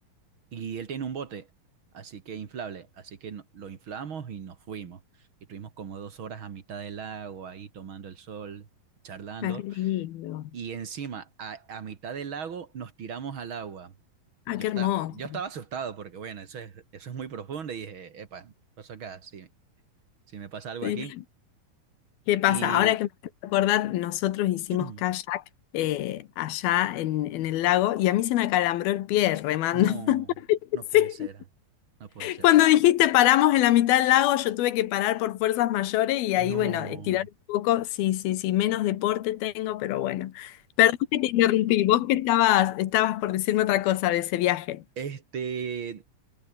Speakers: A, on the right (about 40°); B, on the left (about 85°).
A: Y él tiene un bote, así que inflable, así que no- lo inflamos y nos fuimos. Y estuvimos como dos horas a mitad del lago, ahí tomando el sol, charlando.
B: Ah, qué lindo.
A: Y encima, a, a mitad del lago, nos tiramos al agua.
B: Ah,
A: Yo,
B: qué
A: está,
B: hermoso.
A: yo estaba asustado porque, bueno, eso es, eso es muy profundo. Y dije, epa, ¿qué pasó acá? Si, si me pasa algo
B: Sí.
A: aquí.
B: ¿Qué pasa?
A: Y
B: Ahora que me haces acordar, nosotros hicimos
A: <clears throat>
B: kayak eh, allá en, en el lago y a mí se me acalambró el pie remando.
A: no,
B: <laughs>
A: no puede
B: Sí.
A: ser, no puede ser.
B: Cuando dijiste paramos en la mitad del lago, yo tuve que parar por fuerzas mayores y ahí,
A: No.
B: bueno, estirar un poco. Sí, sí, sí, menos deporte tengo, pero bueno. Perdón que te interrumpí. Vos que estabas, estabas por decirme otra cosa de ese viaje.
A: Este,